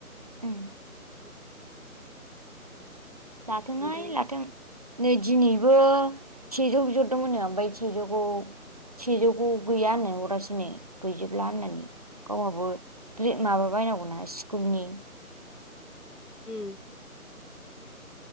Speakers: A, on the right; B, on the left.
A: उम ।
B: <inaudible>
A: लाथोंहाय
B: ओमफ्राय
A: लाथों । नै दिनैबो सेजौ बिहरदोंमोननो ओमबाय सेजौखौ सेजौखौ गैयानो अरासिनो गैजोब ब्ला होननानै गावहाबो <unintelligible> माबा बायनांगौना स्कुलनि
B: उम